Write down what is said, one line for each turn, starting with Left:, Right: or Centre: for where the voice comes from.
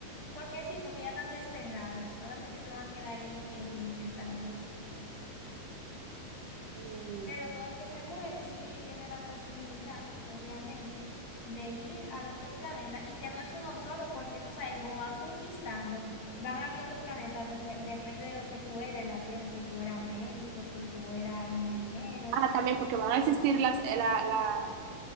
Left: porque sí, porque ya están desterrados, solamente se van a quedar ahí en el planeta oscuro.
Right: Mm.
Left: Pero todo el que se muere sí tiene la posibilidad, obviamente, de ir al otro planeta y que no es uno solo, porque tú sabes que como van conquistando, van abriendo planetas, dife- depende de lo que tú eres en la Tierra, si tú eras médico, si tú eras ingeniero,
Right: Ah, también
Left: si
Right: porque van a existir
Left: tú-
Right: las, eh, la, la,